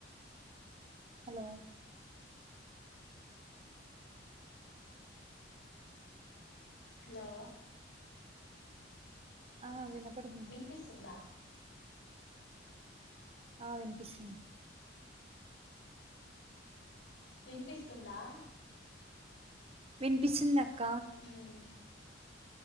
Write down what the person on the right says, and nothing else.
హలో
ఆ వినపడు
ఆ వినిపిస్తుంది
వినిపిస్తుందక్క